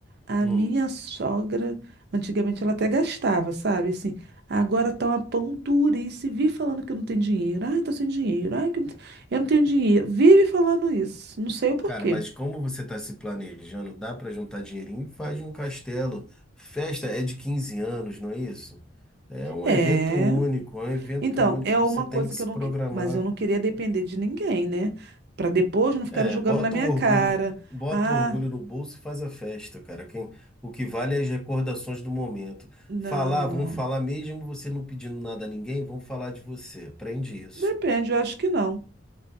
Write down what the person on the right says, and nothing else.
A
minha sogra, antigamente ela até gastava, sabe? Assim, agora tá uma pão dura e se vive falando que não tem dinheiro. Ai, tô sem dinheiro. Ai, que não te- eu não tenho dinheiro. Vive falando isso. Não sei o porquê.
É.
Então,
é uma
coisa
que
eu
não, que- mas eu não queria depender de ninguém, né? Pra depois não ficar
jogando
na minha
cara.
Ah,
não,
não.
Depende, eu acho que não.